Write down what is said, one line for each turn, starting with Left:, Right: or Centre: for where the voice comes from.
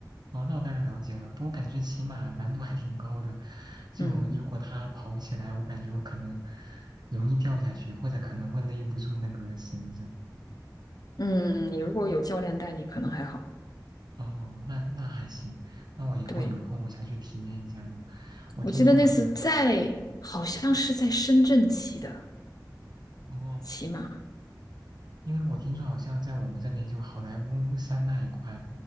Right: 哦，那我大概了解了。不过感觉骑马难度还挺高的，就如果它跑起来，
Left: 嗯
Right: 我感觉我可能容易掉下去，或者可能会勒不住那个绳子。
Left: 嗯，你如果有教练带你，可能还好。
Right: 哦，那那还行，那我以后有空我想去体验一下呢。
Left: 对，
Right: 我听说好像
Left: 我记得那次在，好像是在深圳骑的，
Right: 哦，
Left: 骑马。
Right: 因为我听说好像在我们这边就好莱坞山那一块